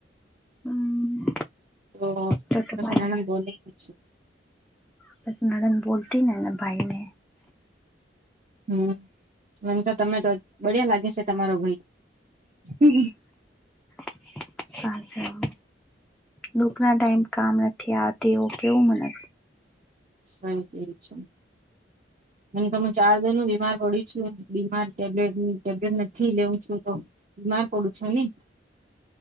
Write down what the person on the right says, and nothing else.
તો
પસે નણંદ બોલે છે
હમ્મ મન તો તમે તો બડ્યા લાગે છે તમારો ભઈ હમ્મ
સહી તેરી છ મન તો મે ચાર દીનું બીમાર પડી સુ બીમાર ટેબલેટ ટેબલેટ નથી લેઉ છું તો બીમાર પડું છે ને